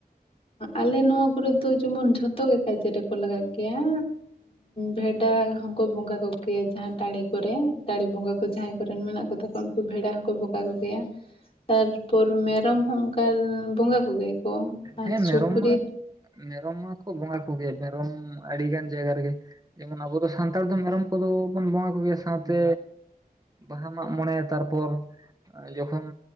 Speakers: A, on the left (about 35°); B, on the right (about 25°).
A: ᱟᱞᱮ ᱱᱚᱣᱟ ᱠᱚᱨᱮ ᱫᱚ ᱡᱮᱢᱚᱱ ᱡᱷᱚᱛᱚ ᱜᱮ ᱠᱟᱡᱮ ᱨᱮᱠᱚ ᱞᱟᱜᱟᱜ ᱜᱮᱭᱟ᱾ ᱵᱷᱮᱰᱟ ᱦᱚᱸᱠᱚ ᱵᱚᱸᱜᱟ ᱠᱚᱜᱮᱭᱟ ᱡᱟᱦᱟᱸ ᱴᱟᱸᱲᱤ ᱠᱚᱨᱮ ᱴᱟᱸᱲᱤ ᱵᱚᱸᱜᱟ ᱠᱚ ᱡᱟᱦᱟᱸᱭ ᱠᱚᱨᱮᱱ ᱢᱮᱱᱟᱜ ᱠᱚᱛᱟ ᱠᱚᱣᱟ᱾ ᱩᱱᱠᱩ ᱵᱷᱮᱲᱟ ᱦᱚᱸᱠᱚ ᱵᱚᱠᱟ ᱠᱚᱜᱮᱭᱟ᱾ ᱛᱟᱨᱯᱚᱨ ᱢᱮᱨᱚᱢ ᱦᱚᱸ ᱚᱱᱠᱟ ᱵᱚᱸᱜᱟ ᱠᱚᱜᱮᱭᱟᱠᱚ᱾ ᱟᱨ
B: ᱦᱮᱸ
A: ᱥᱩᱠᱨᱤ
B: ᱢᱮᱨᱚᱢ ᱢᱟ ᱢᱮᱨᱚᱢ ᱢᱟᱠᱚ ᱵᱚᱸᱜᱟ ᱠᱚᱜᱮ ᱢᱮᱨᱚᱢ ᱟᱹᱰᱤ ᱜᱟᱱ ᱡᱟᱭᱜᱟ ᱨᱮᱜᱮᱼᱼ ᱡᱮᱢᱚᱱ ᱟᱵᱚ ᱫᱚ ᱥᱟᱱᱛᱟᱲ ᱫᱚ ᱢᱮᱨᱚᱢ ᱠᱚᱫᱚ ᱵᱚᱱ ᱵᱚᱸᱜᱟ ᱠᱚᱜᱮᱭᱟ ᱥᱟᱶᱛᱮᱼᱼ ᱵᱟᱦᱟ ᱢᱟᱜ ᱢᱚᱬᱮ ᱛᱟᱨᱯᱚᱨᱼᱼ ᱡᱚᱠᱷᱚᱱ